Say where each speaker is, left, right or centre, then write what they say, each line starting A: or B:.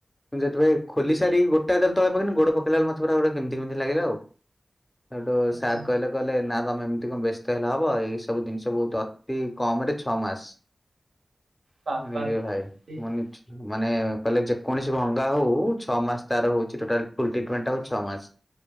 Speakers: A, on the left (about 15°); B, on the right (about 80°).
A: ଯେତେବେଳେ ଖୋଲି ସାରିକି ଗୋଡଟା ଯେତେବଳେ ତଳେ ପକେଇଲି, ଗୋଡ ପକେଇଲା ବେଳକୁ ମତେ ପୁରା ଗୋଟେ କେମତି କେମତି ଲାଗିଲା ଆଉ। <unintelligible> ସୋଉଠୁ
B: ଚଲଉଥିବ
A: ସାର୍ କହିଲେ କହିଲେ ନା ତମେ ଏମିତି କଁ ବ୍ୟସ୍ତ ହେଲେ ହବ ଏଇ ସବୁ ଜିନିଷ ବହୁତ ଅତି କମରେ ଛଅ ମାସ
B: ବାବାରେ
A: <unintelligible>
B: ଏଇ
A: ମାନେ କହିଲେ ଯେକୌଣସି ଭଙ୍ଗା ହଉ ଛଅ ମାସ ତାର ହଉଚି ଟୋଟାଲ ଫୁଲ ଟ୍ରିଟମେଣ୍ଟ ହଉଚି ଛଅ ମାସ।